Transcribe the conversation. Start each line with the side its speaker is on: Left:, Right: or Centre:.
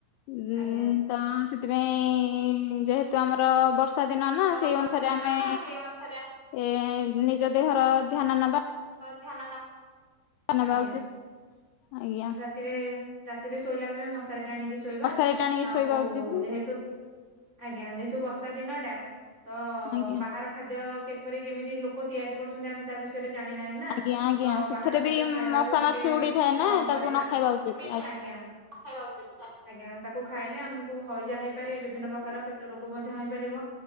Left: ଉଁ
Right: ଆଜ୍ଞା।
Left: ତ ସେଥିପାଇଁ ଯେହେତୁ ଆମର ବର୍ଷ ବର୍ଷା ଦିନ ନା
Right: ତ
Left: ସେଇ
Right: ବର୍ଷା
Left: ଅନୁସାରେ
Right: ଦିନ
Left: ଆମେ
Right: ନା ସେଇ ଅନୁସାରେ
Left: ଏ ନିଜ ଦେହର ଧ୍ୟାନ ନବା।
Right: ଆଜ୍ଞା
Left: ନବା ଉଚିତ ଆଜ୍ଞା
Right: ରାତିରେ ସେଥିରେ ଶୋଇଲା ବେଳେ ମଶାରୀଟା ଆଣିକି ଶୋଇବା
Left: ମଶାରୀ ଟାଣିକି
Right: ଆଉ
Left: ଶୋଇବା ଉଚିତ
Right: ଯେହେତୁ ଆଜ୍ଞା ଯେହେତୁ ବର୍ଷା ଦିନଟା ତ
Left: ଆଜ୍ଞା।
Right: ବାହାର ଖାଦ୍ୟ କେ ଉପରେ କେମିତି ଲୋକ ତିଆରି କରୁଛନ୍ତି ଆମେ ତା ବିଷୟରେ ଜାଣି ନାହି ନା
Left: ଆଜ୍ଞା ଆଜ୍ଞା
Right: ତ
Left: ସେଥିରେ
Right: ବାହାର ଖାଦ୍ୟ
Left: ବି
Right: ଖାଇବାକୁ
Left: ମଶା
Right: ଟିକେ
Left: ମାଛି ଉଡିଥାଏ ନା
Right: କମ
Left: ତାକୁ
Right: କରିବା
Left: ନ ଖାଇବା ଉଚିତ
Right: ଆଜ୍ଞା। <unintelligible> ଆଜ୍ଞା ତାକୁ ଖାଇଲେ ଆମକୁ ହଇଜା ହେଇପାରେ ବିଭିନ୍ନ ପ୍ରକାର ପେଟ ରୋଗ ମଧ୍ୟ ହେଇପାରିବ।